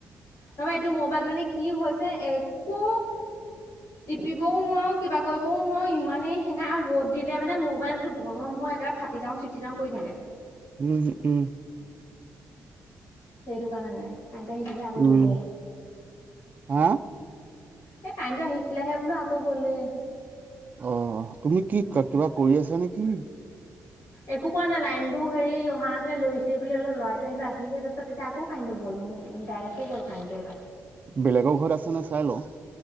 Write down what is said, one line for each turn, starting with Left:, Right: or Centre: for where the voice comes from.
Left: নহব এইটো মোবাইল মানে কি হৈছে একো টিপিবও নোৱাৰো কিবা কৰিবও নোৱাৰো ইমানেই হেঙাই আৰু ৰ'দ দিলে মানে মোবাইলটো গৰম হয় একেবাৰে ফা ফাতি যাওঁ চিতি যাওঁ কৰি থাকে
Right: উহ উ
Left: সেইটো কাৰণে মানে কাইনতো আহিছিলেহে আকৌ
Right: উম
Left: গ'লে
Right: হা
Left: এ কাইনটো আহিছিলেহে বোলো আকৌ গলে
Right: অ তুমি কি কিবা কৰি আছা নেকি
Left: একো কৰা নাই লাইনতটো হেৰি অহা নাছিলে লৰিছিলে বুলে অলপ লৰাই থৈ আহিলো আহিলে তাৰিছত পিছে আকৌ কাইনটো গ'ল ডাইৰেক্ট গ'ল কাইনটো এইবাৰ
Right: বেলেগৰ ঘৰত আছে নে নাই চাই লওঁ